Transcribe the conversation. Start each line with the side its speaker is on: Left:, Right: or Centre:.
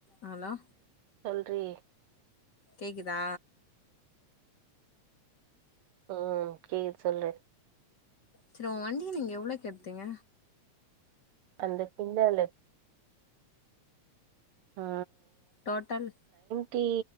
Left: Hello
Right: றி
Left: கேக்குதா
Right: ம் கேக்து சொல்லு
Left: சிரு உ வண்டிய நீங்க எவ்ளக்கெடுத்தீங்க
Right: அந்த பின்னால ஆ
Left: டோட்டல்
Right: டி